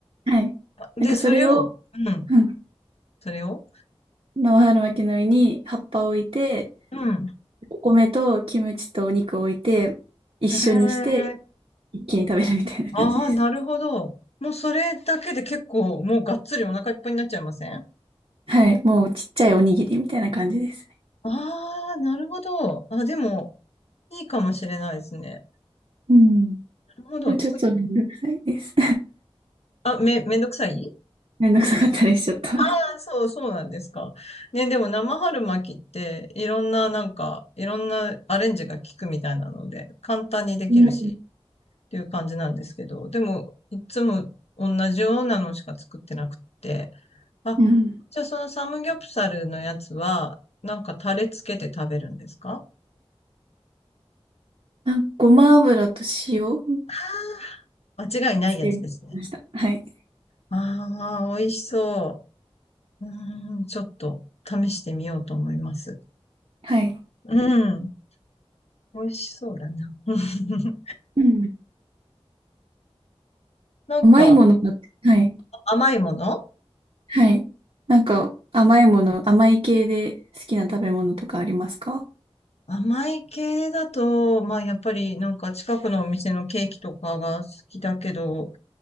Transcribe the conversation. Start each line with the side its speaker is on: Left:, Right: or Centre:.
Right: はい。
Left: で、
Right: なんかそれを、
Left: それを、うん、
Right: うん。
Left: それを、
Right: 生春巻きの上に葉っぱを置いて、
Left: うん。
Right: お米とキムチとお肉を置いて、一緒にして、
Left: へえ。
Right: 一気に食べるみたいな感じです。
Left: ああ、なるほど。もうそれだけで結構、もうがっつりお腹いっぱいになっちゃいませんあ
Right: はい、もうちっちゃいおにぎりみたいな感じですね。
Left: あ、なるほど。あ、でも、いいかもしれないですね。
Right: うん。
Left: なるほど。
Right: でもちょっとめんどくさいです。
Left: 作っ、あ、め、めんどくさい
Right: <laughs> めんどくさかったりしちゃった。
Left: ああ、そう、そうなんですか。ね、でも生春巻きって、いろんな、なんか、いろんなアレンジが効くみたいなので、簡単にできるし、
Right: うん。
Left: ていう感じなんですけど、でも、いつも同じようなのしか作ってなくて、あ、
Right: うん。
Left: じゃあそのサムギョプサルのやつは、なんかタレつけて食べるんですか
Right: あ、ごま油と塩を
Left: あー間違いないやつですね。
Right: つけました。はい。
Left: ああ、美味しそう。うーん、ちょっと試してみようと思います。
Right: はい。
Left: うん、美味しそうだな。<laughs>
Right: うん。
Left: なんか
Right: 甘いものが、はい。
Left: 甘いもの
Right: はい。なんか、甘いもの、甘い系で好きな食べ物とかありますか
Left: 甘い系だと、まあやっぱりなんか近くのお店のケーキとかが好きだけど、